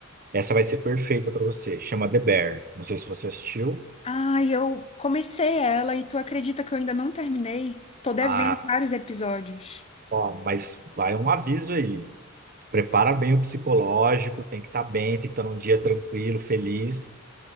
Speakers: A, on the right (about 45°); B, on the left (about 30°).
A: essa vai ser perfeita pra você. Chama The Bear. Não sei se você assistiu.
B: Ah, eu comecei ela e tu acredita que eu ainda não terminei? Tô devendo
A: Ah,
B: vários episódios.
A: ó, mas vai um aviso aí. Prepara bem o psicológico, tem que estar bem, tem que estar num dia tranquilo, feliz.